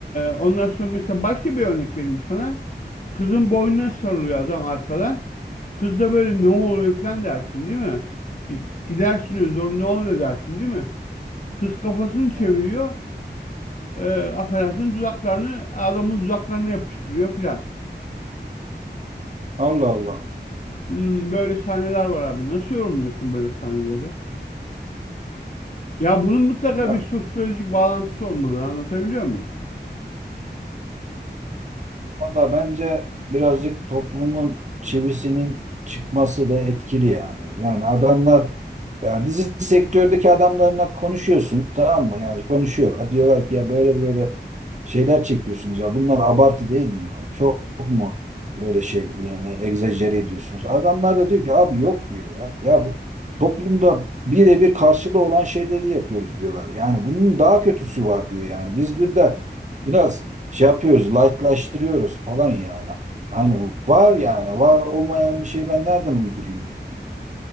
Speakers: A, on the left; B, on the right.
A: ondan sonra mesela başka bir örnek vereyim sana. Kızın boynuna sarılıyor adam arkadan. Kız da böyle ne oluyor falan dersin değil mi? E, Gidersin öyle doğru ne oluyor dersin değil mi? Kız kafasını
B: ha.
A: çeviriyor. E, affedersin dudaklarını adamın dudaklarına yapıştırıyor filan.
B: Allah Allah.
A: Hmm, böyle sahneler var abi. Nasıl yorumluyorsun böyle sahneleri? Ya bunun mutlaka
B: Ya
A: bir sosyolojik bağlantısı olmalı. Anlatabiliyor muyum?
B: Valla bence birazcık toplumun çivisinin çıkması da etkili yani. Yani adamlar yani dizi sektördeki adamlarla konuşuyorsun tamam mı? Yani konuşuyorlar. Diyorlar ki ya böyle böyle şeyler çekiyorsunuz ya. Bunlar abartı değil mi ya? Çok mu böyle şey yani egzajere ediyorsunuz? Adamlar da diyor ki abi yok diyor ya. Ya bu toplumda birebir karşılığı olan şeyleri yapıyoruz diyorlar. Yani bunun daha kötüsü var diyor yani. Biz burada biraz şey yapıyoruz, lightlaştırıyoruz falan yani. Hani var yani, var olmayan bir şeyi ben nereden uydurayım?